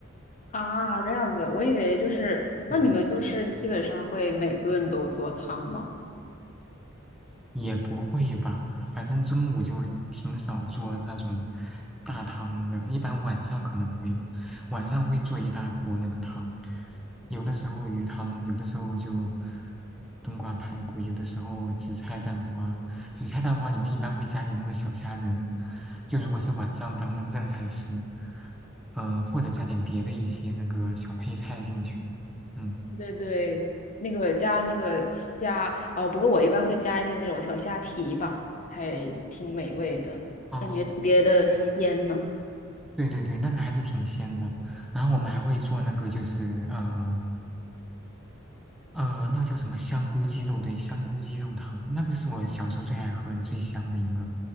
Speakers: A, on the left (about 35°); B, in the centre.
A: 啊，这样子，我以为就是，那你们就是基本上会每顿都做汤吗？
B: 嗯。也不会吧，反正中午就挺少做那种大汤的，一般晚上可能会吧，晚上会做一大锅那个汤，有的时候鱼汤，有的时候就冬瓜排骨，有的时候紫菜蛋花，紫菜蛋花里面一般会加点那个小虾仁，就如果是晚上当那个正菜吃，嗯、或者加点别的一些那个小配菜进去，嗯。
A: 对对，那个加那个虾，哦，不过我一般会加一些那种小虾皮吧，还挺美味的，
B: 哦
A: 感觉特别的鲜呢。
B: 对对对，那个还是挺鲜的。然后我们还会做那个，就是嗯呃，呃那个叫什么香菇鸡肉，对，香菇鸡肉汤，那个是我小时候最爱喝的、最香的一个。